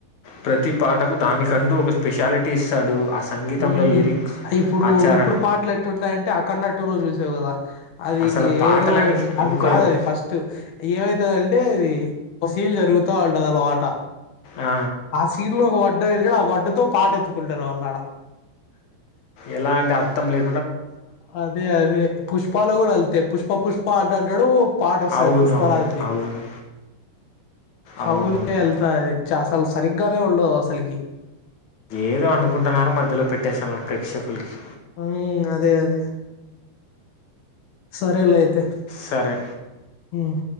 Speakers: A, on the left (about 50°); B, on the left (about 65°).
A: ప్రతి పాటకు దానికంటూ ఒక స్పెషాలిటీ ఇస్తాడు సంగీతంలో
B: మ్మ్
A: లిరిక్స్
B: ఇప్పుడు
A: ఆచరణ
B: ఇప్పుడు పాటలు ఎట్టుంటాయంటే ఆ కన్నా టూర్ చూసి దుగ అది
A: అసలు పాటలని
B: ఏదో
A: అనుకోలేము
B: అది కాదు అది ఫస్ట్ఏమైతదంటె అది ఒ సీల్ జరుగుతా ఉంటది అలవాట
A: ఆ,
B: ఆ సీన్ లో ఒక వడ్డ వె ఆ వడ్డుతో పాఠతుకుంటరు అల్లడ
A: ఎలా అంటే అర్థం లే
B: అదే అదే పుష్పాలు కూడాలో వెళ్తాయి పుష్ప పుష్ప అంట అంటాడు పాట వస్తాది
A: అవునవును
B: పుష్పా రాజ్ ది
A: అవును అవునవును
B: అవును వెళ్తాయి చ అసలు సరిగ్గానే ఉండవు అసలకి
A: ఏదో అనుకుంటున్నారు మధ్యలో పెట్టేస్తున్నారు ప్రేక్షకులకి
B: హుమ్మ్ అదే అదే సరేలే అయితే
A: సరే
B: హుమ్మ్